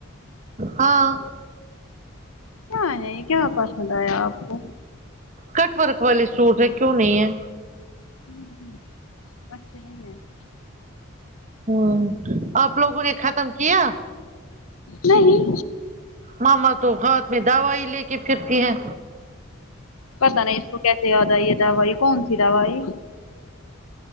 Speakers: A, on the right; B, on the left.
A: ہاں
B: کیا ہے یہ کیا پسند آیا آپ کو
A: کٹ ورک والے سوٹ ہے کیوں نہیں ہے
B: ہ ہ بس یہی ہے <inaudible>
A: ہوں آپ لوگوں نے ختم کیا
B: نہیں
A: ماما تو ہاتھ میں دوائی لے کے پھرتی ہیں
B: پتا نہیں اس کو کیسے یاد آئی یہ دوائی کون سی دوائی